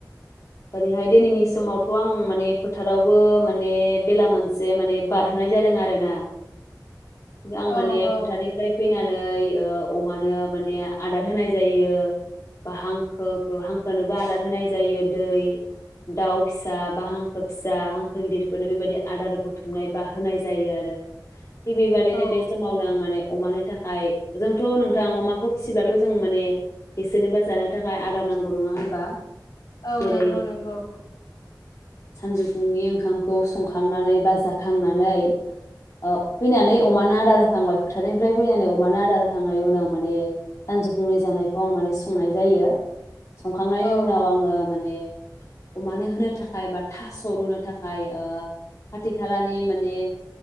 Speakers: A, on the left; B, on the left.
A: आरैहाय दिनैनि समावथ' आं माने फोथारावबो माने बेला मोनसे माने बारहोनाय आरोना आं माने
B: औ औ
A: फोथारनिफ्राय फैनानै ओ अमा मानो माने आदार होनाय जायो हांखोखौ हांखोनोबो आदार होनाय जायो दै दाउ फिसा बा हांखो फिसा हांखो गिदिरफोरनो बेबायदि आदार बुथुमनाय बा होनाय जा जायो आरो थिग बेबायदिनो
B: औ
A: बे समावनो आं माने अमानो थाखाय जोंथ' नोंथां अमाखौ फिसिबाथ' जों माने बिसोरनोबो जानो थाखाय आदार नां गौ नङा होनबा?
B: औ
A: जेरै
B: नंगौ नंगौ
A: सानजौफुंनि ओंखामखौ संखांनानै बा खांनानै ओ फैनानै अमानो आदार होखांबाय फोथारनिफ्राय फैनानै अमा आदारखांनायनि उनाव मान सान बुंनि जानायखौ आं माने संनाय जायो। संखांनायनि
B: औ
A: उनाव आङो माने अमानो होनो थाखाय बा थास' रुनो थाखाय ओ खाथि ओ खालानि माने